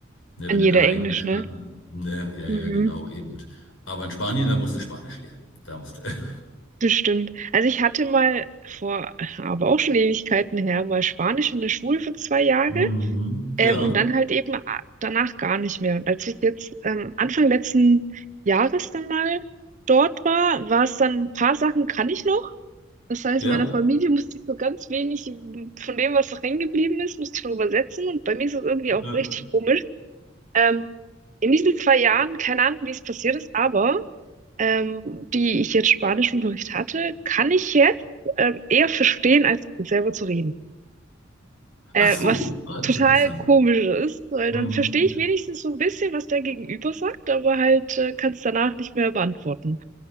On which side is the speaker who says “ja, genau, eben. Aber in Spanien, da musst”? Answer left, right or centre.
Left